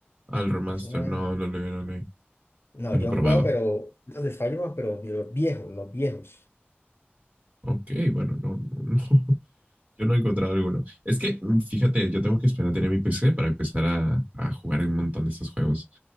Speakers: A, on the right; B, on the left.
A: Al remaster.
B: Es una vaina.
A: No, no le, no le, no
B: No,
A: lo
B: yo
A: he probado.
B: he jugado, pero los de Spider-Man, pero los viejos, los viejos.
A: Ok, bueno, no, no, no. <laughs> Yo no he encontrado alguno. Es que, mm, fíjate, yo tengo que esperar a tener mi PC para empezar a, a jugar un montón de estos juegos.